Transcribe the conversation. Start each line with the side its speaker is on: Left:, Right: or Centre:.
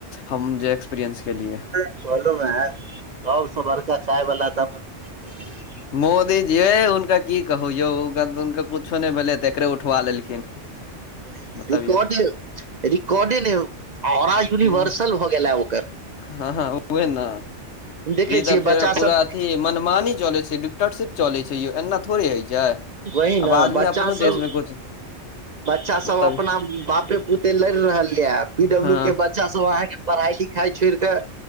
Left: हम जे एक्सपीरियंस केेलिए।
Right: कहलू ह सबसे बड़का चाय बला त अपन मोदी जी भेलनि।
Left: मोदीजी ये हुनका की कहु यौ हुनके कुछो नहि भेले त एकरे उठवा लेलखिन।
Right: <inaudible> वही ने
Left: बतबियौ
Right: रिकॉर्ड रिकॉर्डे नय हमरा यूनिवर्सल
Left: हूँ,
Right: भ गेलै हाँ ओ।
Left: हँ हँ उहे ने
Right: देखै
Left: ई त
Right: छियै
Left: फेर
Right: बच्चा
Left: पूरा
Right: सब
Left: अथी मनमानी चलैत। डिक्टरशिप चलै छै यों एना थोड़े होइ छै
Right: वही ने
Left: आब आदमी
Right: बच्चा
Left: अपनो
Right: सब
Left: देश मे कुछ
Right: बच्चा सब
Left: मतलब
Right: अपना बापे पुते लैर रहल ये पीडब्लू
Left: हँ
Right: के बच्चा सब अहाँके पढ़ाई लिखाई छोड़ के